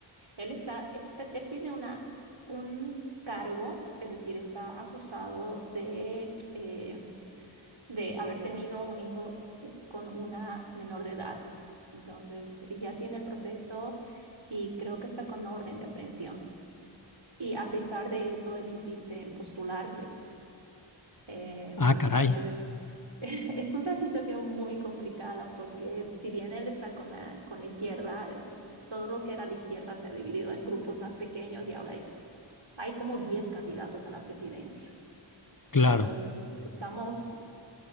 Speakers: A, on the right; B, on the left.
A: él está, él está, él tiene una, un cargo, es decir, está acusado de... eh, de haber tenido un hijo con una menor de edad. Entonces, ya tiene el proceso y creo que está con orden de aprehensión. Y a pesar de eso, él insiste en postularse. Eh, entonces,
B: Ah, caray,
A: <laughs> es una situación muy complicada porque si bien él está con la, con la izquierda, todo lo que era la izquierda se ha dividido en grupos más pequeños y ahora hay, hay como 10 candidatos a la presidencia.
B: claro,
A: Entonces, estamos